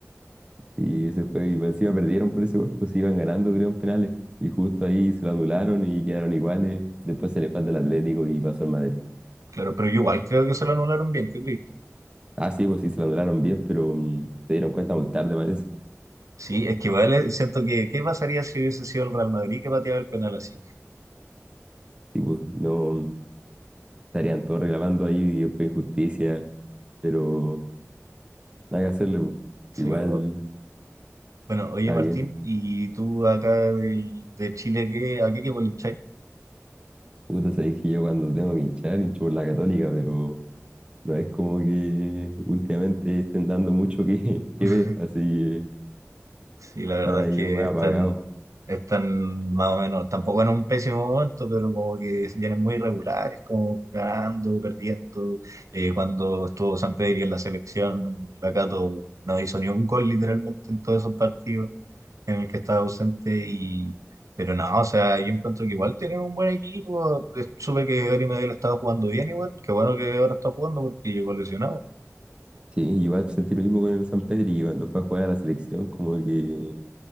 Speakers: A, on the right; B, on the right.
A: Y se fue, y encima perdieron por ese gol, pues se iban ganando, creo, en penales. Y justo ahí se lo anularon y quedaron iguales. Después se le falta el Atlético y pasó al Madrid.
B: Claro, pero yo igual creo que se lo anularon bien, qué Cristo.
A: Ah, sí, pues sí, se lo anularon bien, pero mm, se dieron cuenta muy tarde, parece.
B: Sí, es que igual eh, siento que, ¿qué pasaría si hubiese sido el Real Madrid que pateaba el penal así?
A: Sí, pues no mm, estarían todos reclamando ahí y fue injusticia, pero nada que hacerle, pues.
B: Sí,
A: Igual
B: o- bueno, oye
A: está
B: Martín,
A: bien.
B: ¿y tú acá del, de Chile, qué, a qué equipo le hincháis?
A: Puta, sabéis que yo cuando tengo que hinchar, hincho por la Católica, pero No es como que últimamente estén dando mucho que, <laughs>
B: <laughs>
A: que ver, así que
B: Sí, la verdad
A: están ahí
B: es que
A: más
B: están,
A: apagados.
B: están más o menos, tampoco en un pésimo momento, pero como que vienen muy irregulares, como ganando, perdiendo. Eh, cuando estuvo San Pedri en la selección, la Cato no hizo ni un gol literalmente en todos esos partidos en el que estaba ausente. Y, pero no, o sea, yo encuentro que igual tienen un buen equipo. Eh, Supe que Gary Medel estaba jugando bien igual, qué bueno que ahora está jugando porque llegó lesionado.
A: Sí, igual sentí lo mismo con el San Pedro y cuando fue a jugar a la selección, como que,